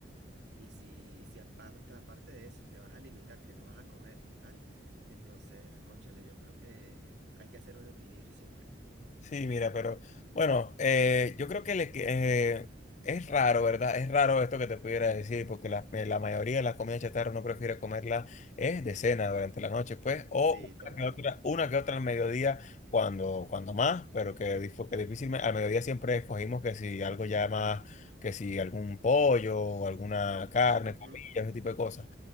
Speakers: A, on the right; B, on the left.
A: y si, y si aparte, aparte de eso te vas a limitar, que no vas a comer, ¿qué tal? Entonces, cónchale, yo creo que hay que hacer un equilibrio siempre.
B: Sí, mira, pero bueno, eh, yo creo que, le, que- eh, es raro, ¿verdad? Es raro esto que te pudiera decir, porque la, eh, la mayoría de las comidas chatarra uno prefiere comerla es de cena durante la noche, pues, o
A: Sí, total.
B: una que otra, una que otra al mediodía, cuando, cuando más, pero que, dif- que difícilmente, al mediodía siempre escogimos que si algo ya más, que si algún pollo o alguna carne,
A: Ujú,
B: parrilla, ese tipo de cosas. O